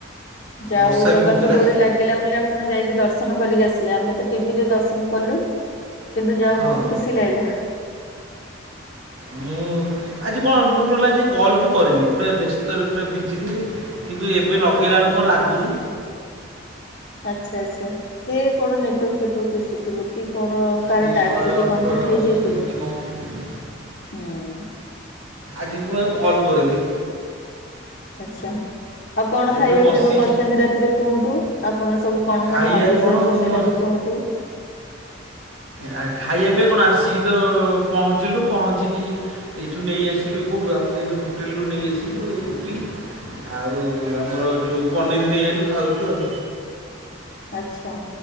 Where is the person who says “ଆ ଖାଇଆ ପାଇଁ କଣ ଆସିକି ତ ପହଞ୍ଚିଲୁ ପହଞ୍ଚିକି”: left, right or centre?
Right